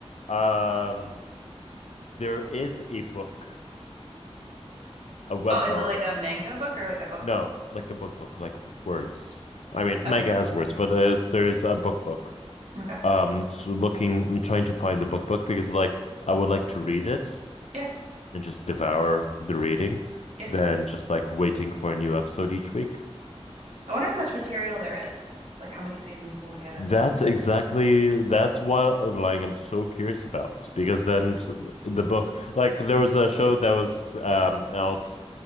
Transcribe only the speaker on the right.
Oh, is
it like a manga book or like a book
book?
Okay,
okay.
Yeah,
yeah.
I wonder how much material there is. Like how many seasons we'll get out
of it.